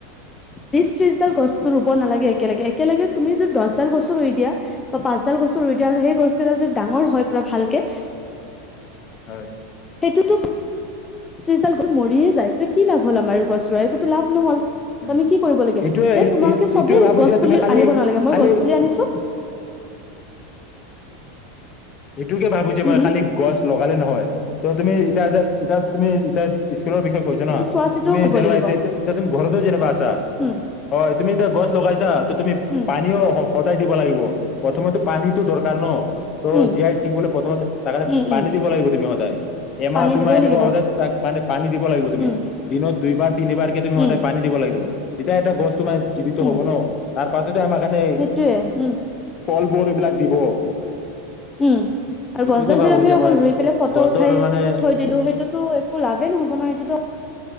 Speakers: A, on the left; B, on the left.
A: বিশ ত্ৰিশডাল গছতো ৰুব নালাগে একেলগে একেলগে তুমি যদি দহ ডাল গছো ৰুই দিয়া বা পাঁচ ডাল গছ ৰুই দিয়া সেই গছকেইডাল যদি ডাঙৰ হয় পোৰা ভালকে
B: হয়
A: এইটোতো <unintelligible> বিছ ত্ৰিছ ডালকৈ মৰিয়ে যাই তই কি লাভ হ'ল আমাৰ গছ ৰুৱা একোতো লাভ নহল তুমি
B: উম।
A: কি কৰিব লাগে
B: এইটোৱে
A: যে তোমালোকে চবেই
B: এইটোৱে ভাবো
A: গছ
B: যে তুমি
A: পুলি
B: খালি
A: আনিব নালাগে মই
B: খালি
A: গছ পুলি আনিছো <unintelligible>
B: এইটোকে ভাবো যে
A: উম
B: মই
A: হম
B: খালি গছ ল হয় নে নহয় ত তুমি এতিয়া যে তাত তুমি এ <unintelligible> <unintelligible> বিষয় কৈছে
A: সেইটো
B: ন
A: চোৱা চিতাও
B: তুমি
A: কৰিব
B: যেনকা
A: লাগিব
B: এতিয়া তে এতিয়া তুমি ঘৰত <unintelligible> টো জেনেবা আছে চা
A: উম
B: হয় তুমি এটা গছ লগাইছা ত তুমি
A: উম
B: পানীও স দাই দিব লাগিব প্ৰথমে পানীতো দৰকাৰ ন ত'
A: উম
B: জীয়াই থাকিবলৈ প্ৰথমতে তাকাণে
A: উম
B: পানী
A: উম
B: দিব লাগিব <unintelligible> মই সদায়। এমাহ
A: পানী
B: দুমাহ
A: দিবই
B: এনেকুৱা
A: লাগিব
B: সদায় তাক মানে পানী দিব লাগিব তুমি
A: উম
B: দিনত দুইবাৰ তিনিবাৰ কে তুমি
A: উম
B: সদায় পানী দিব লাগিব। এতিয়া এটা গছ তোমাৰ জীৱিত
A: উম
B: হ'ব ন তাৰ পাছতে আমাৰ কাৰণে।
A: সেইটোয়ে উম
B: ফলবোৰ এইবিলাক দিব।
A: উম আৰু
B: এইটোকে
A: গছডাল
B: ভাবো
A: যদি আমি
B: যে
A: অকল
B: মই
A: ৰুই পেলাই ফটো
B: গছৰ
A: উঠাই
B: মানে
A: থৈ দিলো সেইটোতো একো লাভেই নহ'ব নহয় সেইটোতো।